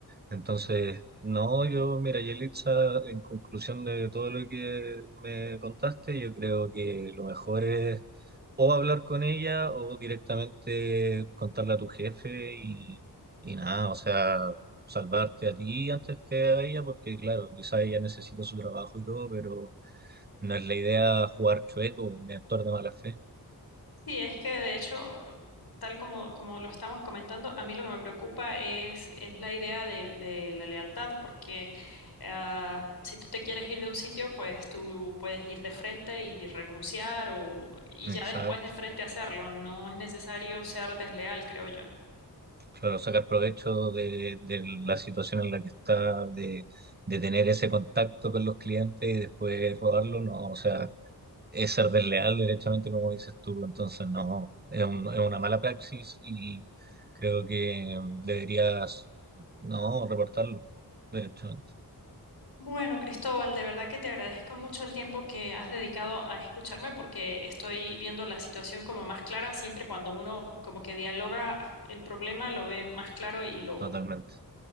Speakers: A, on the right (about 25°); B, on the left (about 70°).
A: Entonces, no, yo, mira, Yelitza, en conclusión de todo lo que me contaste, yo creo que lo mejor es o hablar con ella o directamente contarle a tu jefe y, y nada, o sea, salvarte a ti antes que a ella, porque claro, quizá ella necesita su trabajo y todo, pero no es la idea jugar chueco ni actuar de mala fe.
B: Sí, es que de hecho, tal como, como lo estamos comentando, a mí lo que me preocupa es, es la idea de, de la lealtad, porque ah, si tú te quieres ir de un sitio, pues tú puedes ir de frente y renunciar o, y
A: Exacto.
B: ya después de frente hacerlo. No es necesario ser desleal, creo yo.
A: Claro, sacar provecho de, de la situación en la que está, de, de tener ese contacto con los clientes y después rodarlo, no, o sea, es ser desleal directamente, como dices tú, entonces no, es un- es una mala praxis y creo que deberías, no, reportarlo directamente,
B: Bueno, Cristóbal, de verdad que te agradezco mucho el tiempo que has dedicado a escucharme porque estoy viendo la situación como más clara. Siempre cuando uno como que dialoga el problema lo ve más claro y lo
A: totalmente.